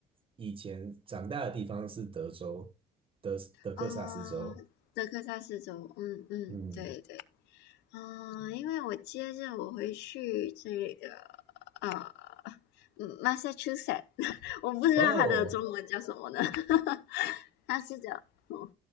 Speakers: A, on the right; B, on the left.
A: 以前长大的地方是德州，德德克萨斯州。
B: 啊、德克萨斯州，嗯嗯，
A: 嗯，
B: 对对。嗯，因为我接着我回去这个呃嗯 Massachusetts，<laughs> 我不知道它的中文叫什么呢，
A: 哦，
B: <laughs> 它是叫嗯